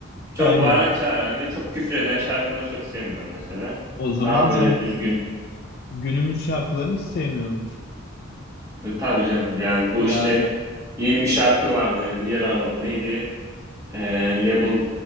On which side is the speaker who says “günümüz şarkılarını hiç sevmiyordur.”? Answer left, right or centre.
Left